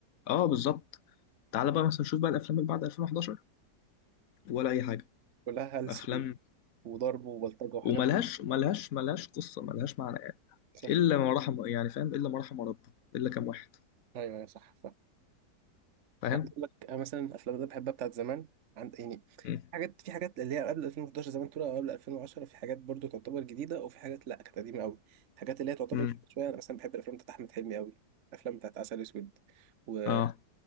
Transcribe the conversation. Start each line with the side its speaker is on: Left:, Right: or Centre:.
Left: اه بالظبط تعال بقى مثلا شوف بقى الافلام اللي بعد 2011 ولا اي حاجة
Right: كلها هلس
Left: افلام
Right: و- وضرب وبلطجة وحاجات
Left: وملهاش
Right: زي
Left: ملهاش ملهاش قصة ملهاش معنى يعني
Right: كده،
Left: الا
Right: صح
Left: ما رحم يعني فاهم الا ما رحم ربي الا كام واحد
Right: ايوه أيوة، صح
Left: فاهم
Right: انا بقول لك أنا مثلا الافلام اللي أنا بحبها بتاعت زمان عند يعني
Left: مم.
Right: حاجات في حاجات اللي هي قبل 2011 زمان تقول او قبل 2010 في حاجات برضو تعتبر جديده وفي حاجات لا كانت قديمه قوي الحاجات اللي هي تعتبر
Left: مم.
Right: جديدة شويه انا مثلا بحب الافلام بتاعت احمد حلمي قوي الافلام بتاعت عسل اسود و...
Left: اه